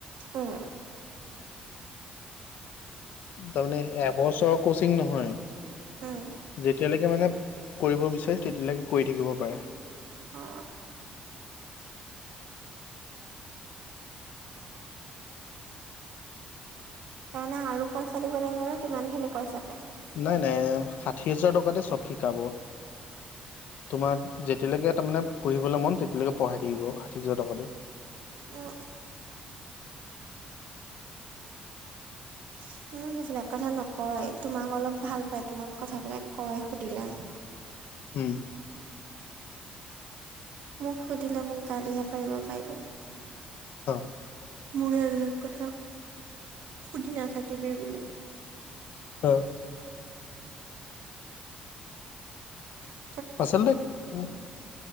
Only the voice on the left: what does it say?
তাৰমানে এবছৰৰ কচিং নহয়
যেতিয়ালৈকে মানে। কৰিব বিচাৰে তেতিয়ালৈকে কৰি থাকিব পাৰে।
নাই নাই ষাঠি হাজাৰ টকাতে চফ শিকাব। তোমাক যেতিয়ালৈকে তাৰ মানে পঢ়িবলে মন তেতিয়ালকে পঢ়াই থাকিব। ত্ৰিছশাৰ টকা দে।
উম্।
হয়।
অ।
আচলতে